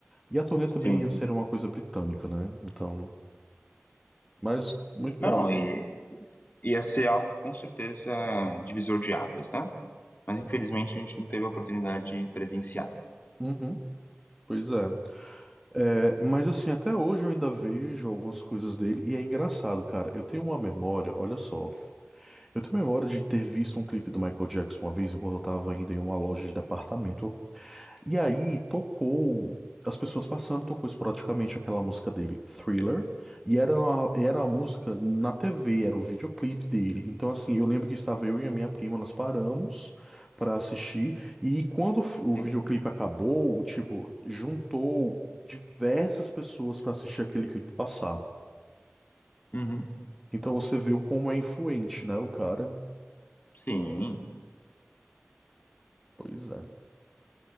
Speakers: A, in the centre; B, on the left.
A: E a turnê
B: sim.
A: também ia ser uma coisa britânica, né? Então, mas muito
B: Não,
A: bom.
B: e ia ser algo com certeza divisor de águas, né? Mas infelizmente a gente não teve a oportunidade de presenciar.
A: Uhum, pois é. É, mas assim, até hoje eu ainda vejo algumas coisas dele e é engraçado, cara. Eu tenho uma memória, olha só. Eu tenho memória de ter visto um clipe do Michael Jackson uma vez enquanto eu estava ainda em uma loja de departamento. E aí tocou, as pessoas passando, tocou esporadicamente aquela música dele, Thriller, e era a, era a música na TV, era o videoclipe dele. Então, assim, eu lembro que estava eu e a minha prima, nós paramos para assistir, e quando o fi- o videoclipe
B: Sim.
A: acabou, tipo, juntou diversas pessoas para assistir aquele clipe passar.
B: Uhum.
A: Então você viu como é influente, né, o cara?
B: Sim,
A: Pois é.